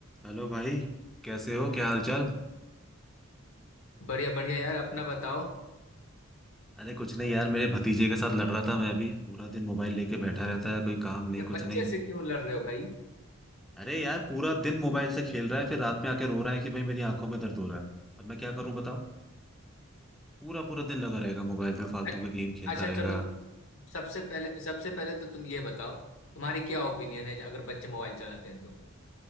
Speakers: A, in the centre; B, on the left.
A: Hello भाई कैसे हो क्या हालचाल
B: बढ़िया बढ़िया यार अपना बताओ
A: अरे कुछ नहीं यार मेरे भतीजे के साथ लड़ रहा था मैं अभी पूरा दिन मोबाइल लेके बैठा रहता है कोई काम नहीं
B: ये बच्चे
A: कुछ नहीं
B: से क्यों लड़ रहे हो भाई
A: अरे यार पूरा दिन मोबाइल से खेल रहा है फिर रात में आके रो रहा है कि भाई मेरी आंखों में दर्द हो रहा है अब मैं क्या करूं बताओ पूरा पूरा दिन लगा रहेगा मोबाइल
B: अच्छ-
A: पे फालतू के गेम खेलता
B: अच्छा चलो
A: रहेगा
B: सबसे पहले सबसे पहले तो तुम ये बताओ तुम्हारी क्या ओपिनियन है अगर बच्चे मोबाइल चलाते हैं तो